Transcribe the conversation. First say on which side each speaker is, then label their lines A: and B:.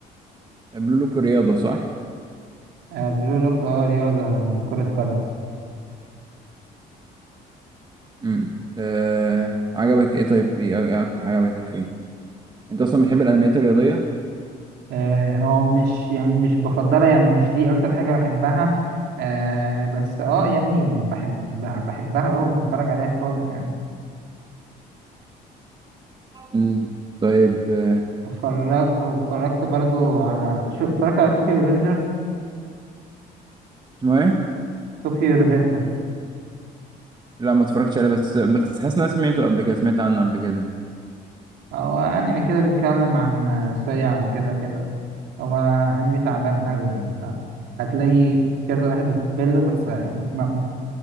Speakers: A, on the right (about 25°); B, on the right (about 80°).
A: بلو لوك الرياضه صح
B: آه، بلو لوك اه رياضة كرة قدم
A: امم آه عجبك ايه طيب ايه أ- اكتر حاجه عجبتك فيه انت اصلا بتحب الانميات الرياضيه
B: اه هو مش يعني مش بفضلها يعني مش دي أكتر حاجة بحبها آه بس اه يعني بحب بحبها اه بتفرج عليها خالص يعني
A: امم طيب آه
B: اتفرجت اتفرجت برضو على شو اتفرجت على طوكيو ريفنجرز
A: اسمه ايه
B: طوكيو ريفنجرز
A: لا ما اتفرجتش عليه بس بس حاسس ان انا سمعته قبل كده سمعت عنه قبل كده
B: هو أنمي كده بيتكلم عن سريع وكده كده هو انمي تعبان قوي يعني ف هتلاقي كذا واحد بيتقبل له بس ما...